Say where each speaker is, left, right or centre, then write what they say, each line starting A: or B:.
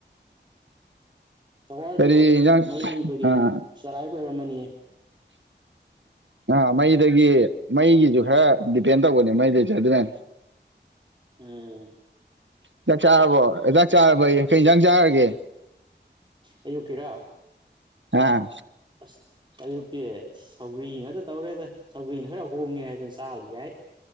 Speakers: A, on the right; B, on the right.
A: ꯇꯋꯥꯔꯗꯣ
B: ꯀꯔꯤ ꯏꯟꯖꯥꯡ
A: ꯃꯩꯗꯒꯤ
B: ꯑꯥ
A: ꯆꯔꯥꯏꯕ ꯑꯣꯏꯔꯝꯃꯅꯤꯌꯦ
B: ꯑꯥ ꯃꯩꯗꯒꯤ ꯃꯩꯒꯤꯁꯨ ꯈꯔ ꯗꯤꯄꯦꯟ ꯇꯧꯕꯅꯦ ꯃꯩꯗꯩꯁꯨꯦ ꯑꯗꯨꯅꯅ
A: ꯎꯝ
B: ꯆꯥꯛ ꯆꯥꯔꯕꯣꯖꯥꯛ ꯆꯥꯔꯕ ꯑꯩ ꯀꯩꯖꯥꯛ ꯆꯥꯔꯒꯦ
A: ꯑꯌꯨꯛꯀꯤꯔꯥ
B: ꯑꯥ
A: ꯑꯁ ꯑꯌꯨꯛꯇꯤ ꯁꯧꯒ꯭ꯔꯤ ꯉꯥꯛꯇ ꯇꯧꯔꯦꯗ ꯁꯧꯒ꯭ꯔꯤꯅ ꯈꯔ ꯍꯣꯡꯉꯦ ꯍꯥꯏꯗꯅ ꯆꯥꯕꯁꯦ ꯍꯥꯏ